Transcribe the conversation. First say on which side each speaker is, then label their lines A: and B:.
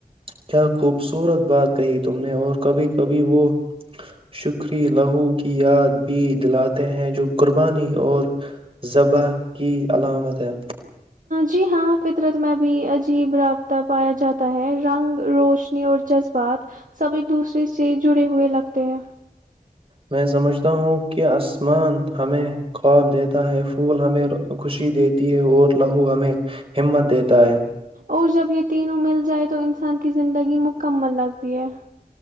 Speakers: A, on the right; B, on the right.
A: کیا خوبصورت بات کہی تم نے اور کبھی کبھی وہ شکری لہو کی یاد بھی دلاتے ہیں جو قربانی اور ذبح کی علامت ہے
B: جی ہاں فطرت میں بھی عجیب رابطہ پایا جاتا ہے رنگ روشنی اور جذبات سب ایک دوسرے سے جڑے ہوئے لگتے ہیں
A: میں سمجھتا ہوں کہ آسمان ہمیں خواب دیتا ہے پھول ہمیں خوشی دی تی ہے اور لہو ہمیں <unintelligible> ہممت دیک دایںں <unintelligible>
B: اور جب یہ تینوں مل جائے تو انسان <unintelligible> کی زندگی مکمل لگتی ہے <unintelligible>